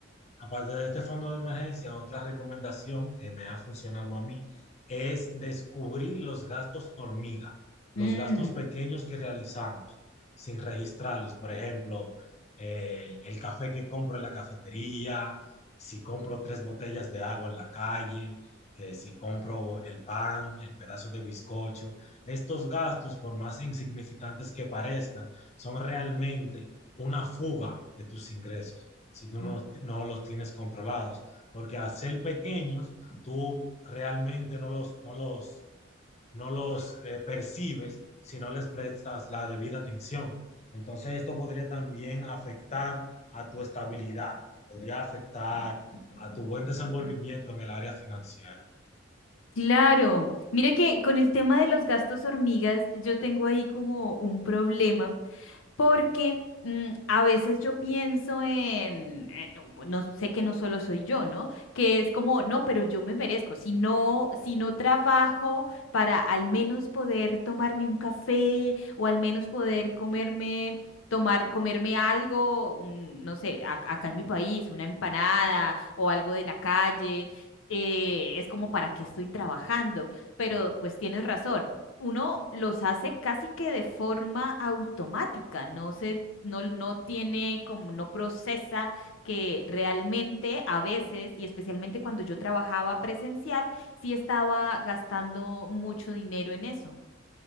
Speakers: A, on the left; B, on the left.
A: Aparte de este fondo de emergencia, otra recomendación que me ha funcionado a mí es descubrir los gastos hormiga, los
B: Mm,
A: gastos pequeños que realizamos sin registrarlos. Por ejemplo, eh, el café que compro en la cafetería, si compro tres botellas de agua en la calle, que si compro el pan, el pedazo de bizcocho. Estos gastos, por más insignificantes que parezcan, son realmente una fuga de tus ingresos si tú no,
B: mm,
A: los- no los tienes controlados. Porque al ser pequeños, tú realmente no los, no los, no los eh, percibes si no les prestas la debida atención. Entonces esto podría también afectar a tu estabilidad, podría afectar a tu buen desenvolvimiento en el área financiera.
B: claro. Mire que con el tema de los gastos hormigas, yo tengo ahí como un problema porque mm, a veces yo pienso en, en- no no sé que no solo soy yo, ¿no? Que es como, no, pero yo me merezco, si no, si no trabajo para al menos poder tomarme un café o al menos poder comerme... tomar, comerme algo, un- no sé, ac- acá en mi país, una empanada o algo de la calle, eh, es como para qué estoy trabajando, pero pues tienes razón, uno los hace casi que de forma automática, no se, no, no tiene como, no procesa que realmente a veces, y especialmente cuando yo trabajaba presencial, sí estaba gastando mucho dinero en eso.